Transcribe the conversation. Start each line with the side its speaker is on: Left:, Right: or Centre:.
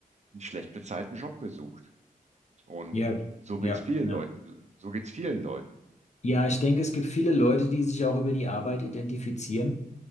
Right: einen schlecht bezahlten Job gesucht. Und
Left: Ja,
Right: so
Left: ja,
Right: geht's vielen
Left: ja.
Right: Leuten. So geht's vielen Leuten.
Left: Ja, ich denke, es gibt viele Leute, die sich auch über die Arbeit identifizieren,